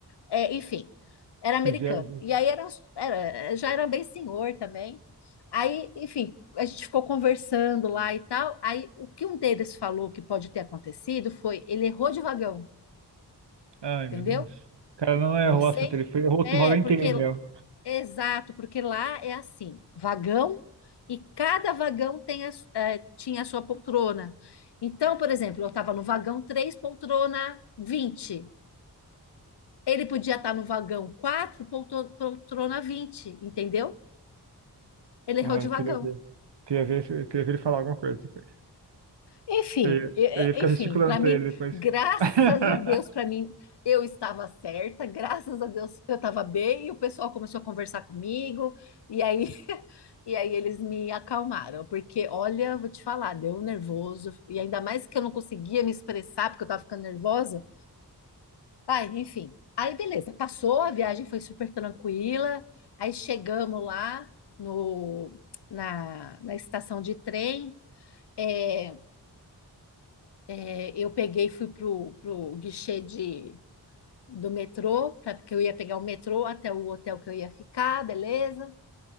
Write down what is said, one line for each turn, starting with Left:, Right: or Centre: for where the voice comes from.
Left: É, enfim, era americano.
Right: Vocês vieram junto.
Left: E aí era, era- já era bem senhor também. Aí, enfim, a gente ficou conversando lá e tal. Aí o que um deles falou que pode ter acontecido foi ele errou de vagão,
Right: Ai,
Left: entendeu?
Right: meu Deus. O cara não errou
Left: Vocês.
Right: a senta, ele foi, errou
Left: É,
Right: o valor
Left: porque
Right: inteiro mesmo.
Left: Exato, porque lá é assim, vagão e cada vagão tem a su- eh, tinha a sua poltrona. Então, por exemplo, eu estava no vagão 3, poltrona 20. Ele podia estar no vagão 4, poltro- poltrona 20. entendeu? Ele
Right: Ai,
Left: errou de vagão.
Right: queria ver. Queria ver, se- queria ver ele falar alguma coisa depois.
Left: Enfim,
Right: Eu ia,
Left: e- e-
Right: eu ia ficar
Left: enfim,
Right: gesticulando
Left: para mim,
Right: pra ele depois.
Left: graças
Right: <laughs>
Left: a Deus, para mim, eu estava certa, graças a Deus, eu estava bem, e o pessoal começou a conversar comigo, e aí, <laughs> e aí eles me acalmaram, porque, olha, vou te falar, deu um nervoso, e ainda mais que eu não conseguia me expressar, porque eu estava ficando nervosa. Ai, enfim, aí beleza, passou, a viagem foi super tranquila, aí chegamos lá no, na, na estação de trem, é, é, eu peguei e fui pro, pro guichê de, do metrô, pra, porque eu ia pegar o metrô até o hotel que eu ia ficar, beleza?